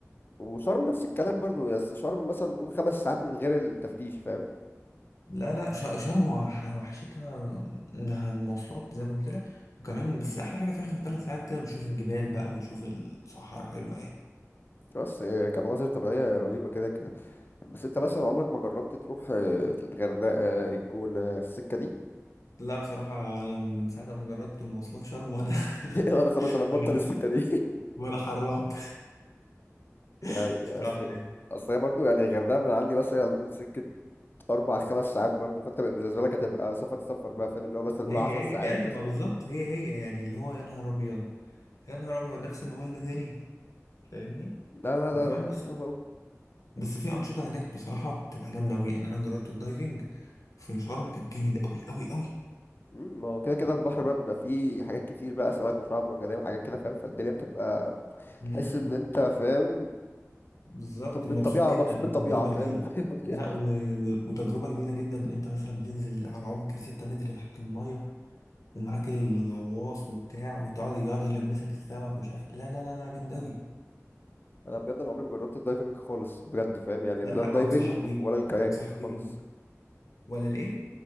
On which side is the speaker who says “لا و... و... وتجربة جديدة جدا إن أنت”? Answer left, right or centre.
Left